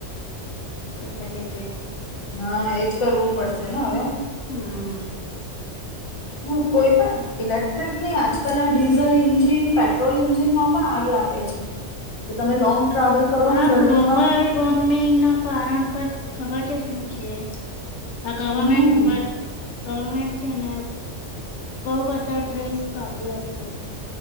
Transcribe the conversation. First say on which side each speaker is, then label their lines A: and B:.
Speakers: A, on the left; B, on the left.
A: પતા કે ક્યાં.
B: હા એજ કરવું પડશે ને હવે.
A: હમ્મ.
B: હું કોઈ પણ ઇલેક્ટ્રિક નહીં, આજકાલ આ ડીઝલ ઇન્જિન પેટ્રોલ ઇન્જિનમાં પણ આગ લાગે છે. તો તમે લોંગ ટ્રાવેલ કરો ને
A: આ
B: ગરમીમાં
A: ક્લોબલ વારર્મિંગના કારણ પર ખબર કે શું છે? આ ગવર્મેન્ટ
B: હમ
A: પર ગવર્મેન્ટ છેને બહું બધા ટ્રીસ્ક આપ્યા છે.